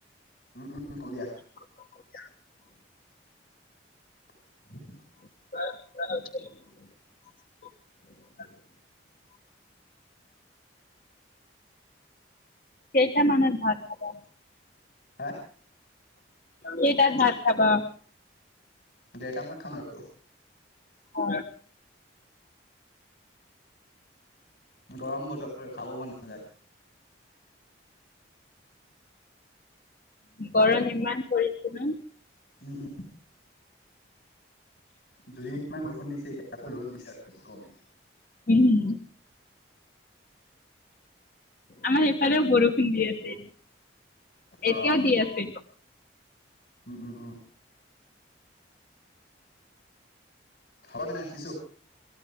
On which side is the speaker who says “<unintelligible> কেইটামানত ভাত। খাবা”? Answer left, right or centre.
Left